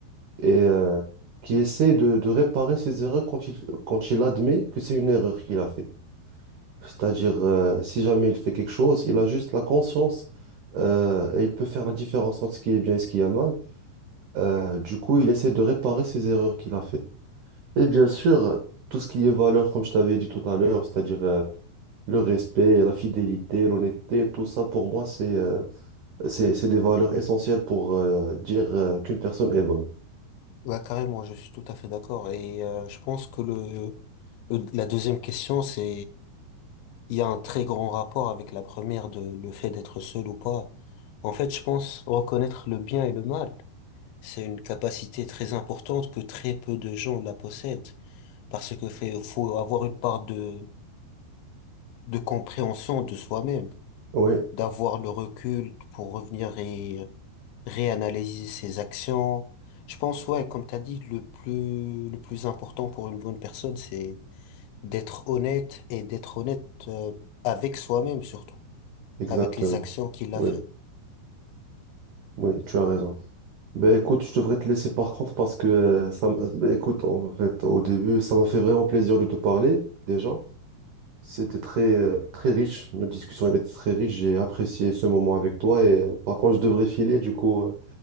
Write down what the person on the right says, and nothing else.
et euh, qui essaie de, de réparer ses erreurs quand il, quand il admet que c'est une erreur qu'il a fait. C'est-à-dire, euh, si jamais il fait quelque chose, il a juste la conscience euh, et il peut faire la différence entre ce qui est bien et ce qui est mal. Euh, du coup, il essaie de réparer ses erreurs qu'il a fait. Et bien sûr, tout ce qui est valeur, comme je t'avais dit tout à l'heure, c'est-à-dire euh, le respect, la fidélité, l'honnêteté, tout ça, pour moi, c'est euh, c'est, c'est des valeurs essentielles pour euh, dire euh, qu'une personne est bonne.
Oui,
exactement.
Oui,
oui, tu as raison. Ben écoute, je devrais te laisser par contre parce que euh, ça, m'a- ben, écoute, en fait, au début, ça m'a fait vraiment plaisir de te parler déjà. C'était très, euh, très riche, notre discussion elle était très riche, j'ai apprécié ce moment avec toi et euh, par contre, je devrais filer du coup. euh,